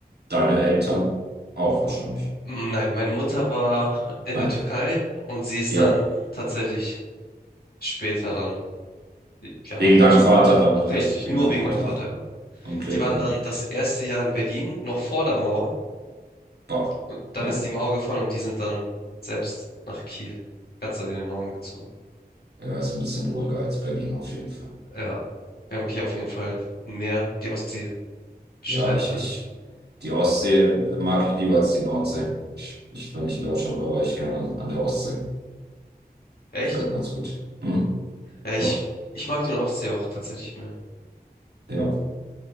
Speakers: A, on the right; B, on the left.
A: Deine Eltern auch wahrscheinlich.
B: Mm, Nein, meine Mutter war in
A: Nein.
B: der Türkei und sie ist
A: Ja.
B: dann tatsächlich später dann ja
A: Wegen
B: nach Deutschland
A: deinem Vater
B: gekommen.
A: dann nach Deutschland,
B: Richtig,
A: wegen
B: nur
A: deinem
B: wegen
A: Vater
B: meinem Vater,
A: dann.
B: ja.
A: Okay,
B: Die waren
A: dann,
B: dann das erste Jahr in Berlin, noch vor der Mauer.
A: boah.
B: Und dann
A: Ja.
B: ist die Mauer gefallen und die sind dann selbst nach Kiel, ganz in den Norden gezogen.
A: Er ist ein bisschen ruhiger als Berlin auf jeden Fall.
B: Ja, wir haben hier auf jeden Fall ein Meer, die Ostsee, Strände.
A: Ja, ich, ich, die Ostsee mag ich lieber als die Nordsee. Ich, ich, wenn ich in Deutschland war, war ich gerne an der Ostsee.
B: Echt?
A: Gefällt mir ganz gut. Hm,
B: Ja, ich,
A: doch,
B: ich mag den Ostsee auch tatsächlich mehr.
A: ja.